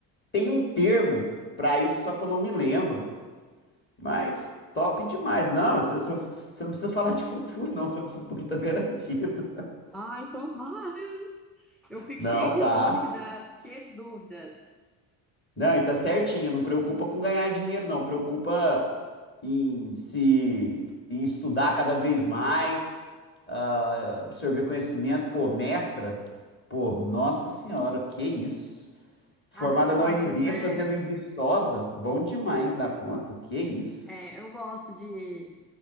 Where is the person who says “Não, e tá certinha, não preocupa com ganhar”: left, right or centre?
Left